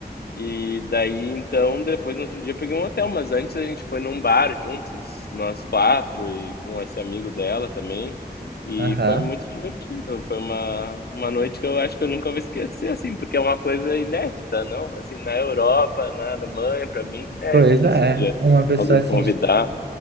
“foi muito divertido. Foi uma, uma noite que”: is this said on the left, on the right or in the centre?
Left